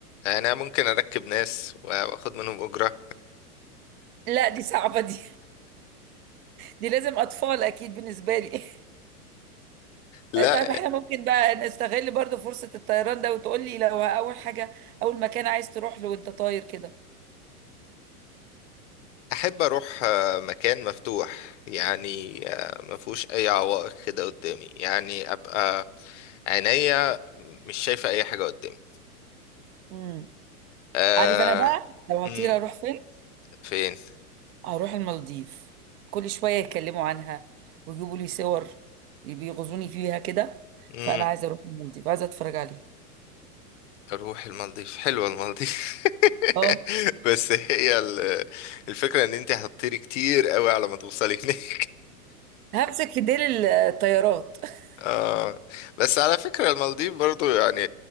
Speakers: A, on the left (about 55°); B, on the right (about 70°).
A: انا ممكن اركب ناس واخد منهم اجرة
B: لا دي صعبة دي دي لازم أطفال أكيد بالنسبة لي <laughs>
A: لا
B: طيب احنا ممكن بقى نستغل برضو فرصة الطيران ده وتقول لي لو أول حاجة أول مكان عايز تروح له وأنت طاير كده
A: احب اروح آه، مكان مفتوح يعني آه، ما فيهوش اي عوائق كده قدامي يعني ابقى عينيا مش شايفة أي حاجة قدامي
B: امم
A: آه...
B: عارف أنا بقى لو هطير
A: مم.
B: أروح فين؟
A: فين؟
B: هروح المالديف كل شوية يتكلموا عنها ويجيبوا لي صور بيغزوني فيها كده
A: مم.
B: فأنا عايزة أروح المالديف عايزة أتفرج عليها
A: أروح المالديف حلوة المالديف <laughs>
B: اه
A: بس هي ال- الفكرة إن أنت هتطيري كتير قوي على ما توصلي هناك
B: همسك في ديل الطيارات <laughs>
A: <laughs> آه. بس على فكرة المالديف برضو يعني